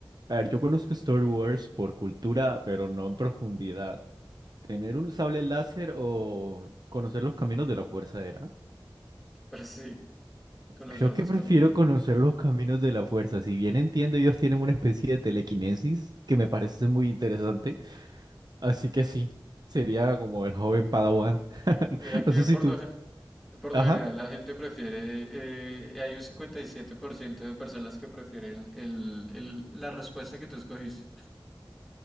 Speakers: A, on the right; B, in the centre.
A: A ver, yo conozco Star Wars por cultura, pero no en profundidad. ¿Tener un sable láser o conocer los caminos de la fuerza era?
B: Pero sí, conocer
A: Creo que
B: los
A: prefiero
B: caminos. de la-
A: conocer los caminos de la fuerza. Si bien entiendo, ellos tienen una especie de telequinesis que me parece muy interesante. Así que sí, sería como el joven Padawan. <laughs>
B: Mira que
A: No sé si
B: por
A: tú...
B: lo, gen- por
A: Ajá,
B: lo general la gente prefiere, eh, hay un 57% de personas que prefieren el, el- la respuesta que tú escogiste.